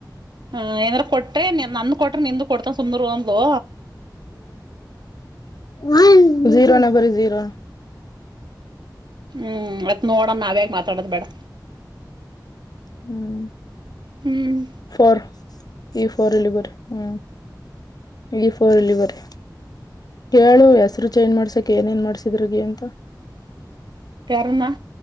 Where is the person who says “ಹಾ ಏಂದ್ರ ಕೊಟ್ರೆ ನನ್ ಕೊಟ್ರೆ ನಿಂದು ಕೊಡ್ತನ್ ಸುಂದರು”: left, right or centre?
Right